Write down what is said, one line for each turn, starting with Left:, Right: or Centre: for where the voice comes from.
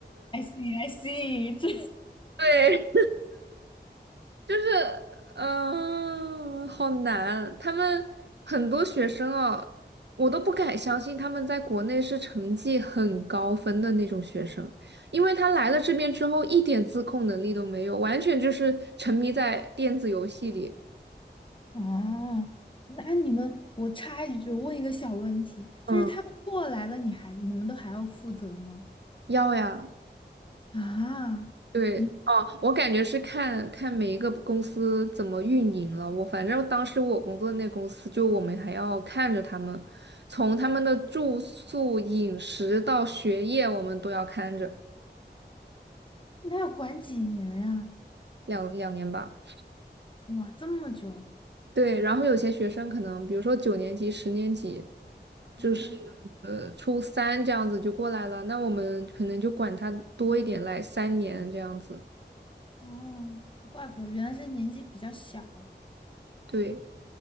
Left: ，I see, I see，这
Right: <laughs> 对，就是嗯、呃好难。他们很多学生啊，我都不敢相信他们在国内是成绩很高分的那种学生，因为他来了这边之后一点自控能力都没有，完全就是沉迷在电子游戏里。
Left: <laughs> 啊，那你们，我插一句，问一个小问题，
Right: 嗯，
Left: 就是他们过来了，你还你们都还要负责吗？
Right: 要呀，
Left: 啊，
Right: 对，
Left: 你
Right: 哦，我感觉是看看每一个公司怎么运营了。我反正当时我工作那公司，就我们还要看着他们，从他们的住宿、饮食到学业，我们都要看着
Left: 那要管几年呀？
Right: 两两年吧。
Left: 哇，这么久。
Right: 对，然后有些学生可能，比如说九年级、十年级，就是呃初三这样子就过来了，
Left: 嗯
Right: 那我们可能就管他多一点，来三年这样子。
Left: 哦，怪不得原来是年纪比较小，
Right: 对。